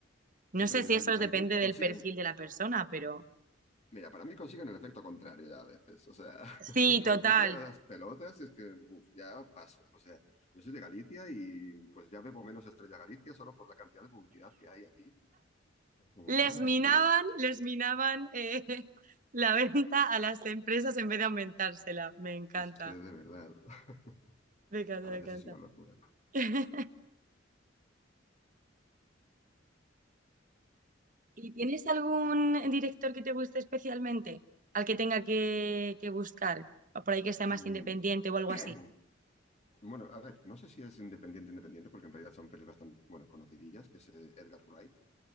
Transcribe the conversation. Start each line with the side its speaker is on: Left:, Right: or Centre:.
Right: No
Left: Sí, pero
Right: sé
Left: yo
Right: si eso
Left: a mí, a
Right: depende
Left: mí con-
Right: del
Left: consiguen,
Right: perfil de la persona, pero
Left: mira, para mí consiguen el efecto contrario ya a veces. O sea, <laughs>
Right: sí,
Left: es como
Right: total.
Left: estoy tan a las pelotas y es que, uf, ya paso. O sea, yo soy de Galicia y pues ya bebo menos Estrella Galicia solo por la cantidad de publicidad que hay aquí. Es como,
Right: Les
Left: madre
Right: minaban,
Left: de Dios.
Right: les minaban eh, <laughs> la venta a las empresas en vez de aumentársela. Me encanta,
Left: Es que de verdad, <laughs>
Right: me encanta,
Left: a veces
Right: me encanta.
Left: es una locura.
Right: <laughs> ¿Y tienes algún director que te guste especialmente? Al que tenga que, que buscar, o por ahí que sea más
Left: Mm,
Right: independiente o algo
Left: <clears throat>
Right: así.
Left: Bueno, a ver, no sé si es independiente, independiente, porque en realidad son pelis bastante, bueno, conocidillas, que es eh, Edgar Wright,